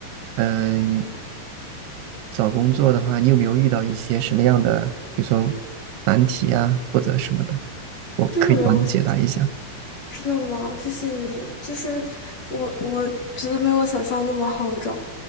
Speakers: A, on the right; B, on the left.
A: 嗯、找工作的话，你有没有遇到一些什么样的，比如说难题啊，或者什么的？我可以帮你解答一下。
B: 就是没有我想，真的吗？谢谢你，就是我我觉得没有我想象那么好找。